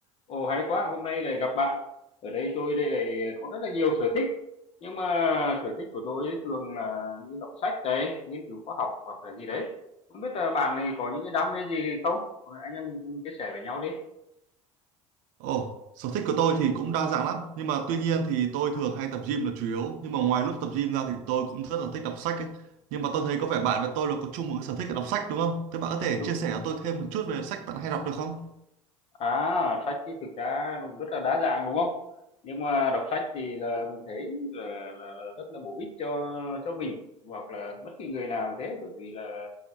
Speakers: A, on the left; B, on the right.
A: Ồ, hay quá, hôm nay lại gặp bạn. Ở đây tôi đây lại có rất là nhiều sở thích. Nhưng mà sở thích của tôi ấy thường là như đọc sách đấy, nghiên cứu khoa học hoặc là gì đấy. Không biết là bạn này có những cái đam mê gì không? Hoặc là Anh em mình cùng chia sẻ với nhau đi.
B: Ồ, sở thích của tôi thì cũng đa dạng lắm Nhưng mà tuy nhiên thì tôi thường hay tập gym là chủ yếu Nhưng mà ngoài lúc tập gym ra thì tôi cũng rất là thích đọc sách ấy. Nhưng mà tôi thấy có vẻ bạn và tôi là có chung một cái sở thích là đọc sách đúng không? Thế bạn có thể
A: Đúng.
B: chia sẻ cho tôi thêm một chút về sách bạn hay đọc được không?
A: À, sách thì thực ra cũng rất là đa dạng đúng không? Nhưng mà đọc sách thì là mình thấy là, là, là rất là bổ ích cho cho mình hoặc là bất kỳ người nào cũng thế bởi vì là